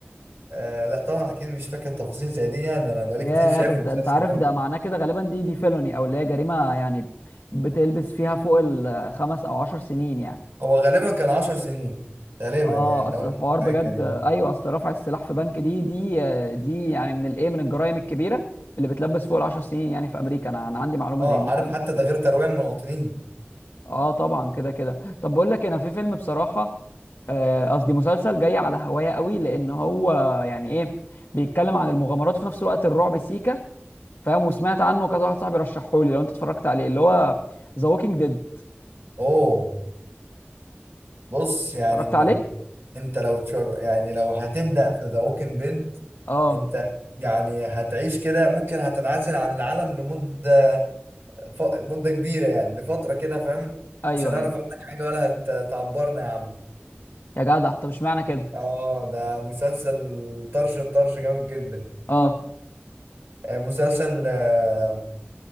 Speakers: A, on the right; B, on the left.
A: آه لا طبعا اكيد مش فاكر تفاصيل زي دي يعني انا بقالي
B: ياه
A: كتير شايف
B: بس
A: المسلسل
B: ده انت عارف
A: ده
B: ده معناه كده غالبا دي دي فيلوني او اللي هي جريمه يعني بتلبس فيها فوق الخمس او عشر سنين يعني
A: هو غالبا كان 10 سنين غالبا
B: اه
A: يعني
B: اصل
A: لو انا
B: الحوار بجد
A: فاكر يعني
B: ايوه اصل رفع السلاح في بنك دي دي دي يعني من الايه من الجرائم الكبيره اللي بتلبس فوق العشر سنين يعني في امريكا انا انا عندي معلومه
A: اه
B: زي دي
A: عارف
B: فاهم
A: حتى ده غير ترويع المواطنين
B: اه طبعا كده كده طب بقول لك إيه، انا في فيلم بصراحه آه، قصدي مسلسل جاي على هوايا قوي لان هو يعني ايه بيتكلم عن المغامرات وفي نفس الوقت الرعب سيكا فاهم وسمعت عنه كذا واحد صاحبي رشحه لي لو انت اتفرجت عليه اللي هو ذا ووكينج ديد
A: اوه بص يعني
B: اتفرجت عليه
A: انت لو تشر... يعني لو هتبدأ في ذا ووكينج ديد
B: اه
A: انت يعني هتعيش كده ممكن هتنعزل عن العالم لمدة ف... مدة كبيرة يعني لفترة كده فاهم
B: ايوه
A: مش هنعرف
B: ايوه
A: عنك حاجة ولا هتعبرنا يا عم
B: يا جدع طب اشمعنى كده مم.
A: اه ده مسلسل طرش الطرش جامد جدا
B: اه
A: آه، مسلسل آه،